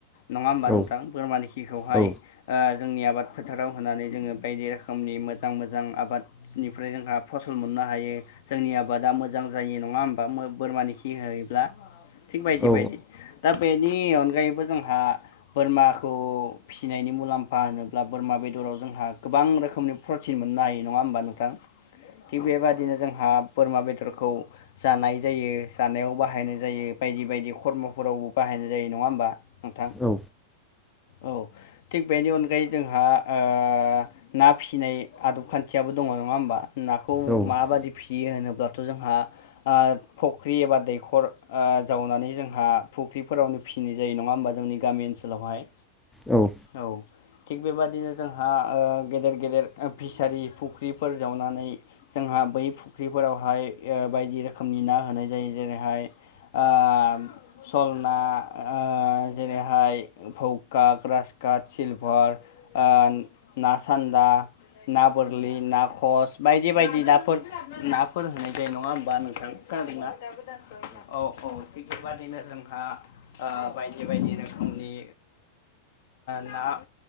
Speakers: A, on the left; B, in the centre.
A: नङा होमबा
B: औ
A: नोंथां बोरमानि खिखौहाय
B: औ
A: ओ जोंनि आबाद फोथाराव होनानै जोङो बायदि रोखोमनि मोजां मोजां आबाद बेनिफ्राय जोंहा फसल मोननो हायो जोंनि आबादा मोजां जायो नङा होमबा बोरमानि खि होयोब्ला थिग बायदि
B: औ
A: बायदि दा बेनि अनगायैबो जोंहा बोरमाखौ फिसिनायनि मुलाम्फा होनोब्ला बोरमा बेदराव जोंहा गोबां रोखोमनि प्रटिन मोननो हायो नङा होमबा नोंथां थिग बेबादिनो जोंहा बोरमा बेदरखौ जानाय जायो जानायाव बाहायनाय जायो बायदि बायदि खरमफोरावबो बाहायनाय जायो नङा होमबा नोंथां
B: औ
A: औ थिग बेनि अनगायै जोंहा ओ ना फिसिनाय आदब खान्थियाबो दङ नङा होमबा नाखौ
B: औ
A: माबायदि फि सियो होनोब्लाथ' जोंहा फुख्रि एबा दैखर जावनानै जोंहा फुख्रिफोरावनो फिसिनाय जायो नङा होमबा जोंनि गामि ओनसोलावहाय
B: औ
A: औ थिग बेबादिनो जोंहा गेदेर गेदेर फिसारि फुख्रिफोर जावनानै जोंहा बै फुख्रिफोरावहाय बायदि रोखोमनि ना होनाय जायो जेरैहाय ओ सल ना ओ जेरैहाय भौका ग्रासकात सिलभार ओ ना सानदा ना बोरलि ना ख्रस बायदि बायदि नाफोर नाफोर होनाय जायो नङा होमबा नोंथां खोनादों ना औ औ थिग बेबादिनो जोंहा बायदि बायदि रोखोमनि ना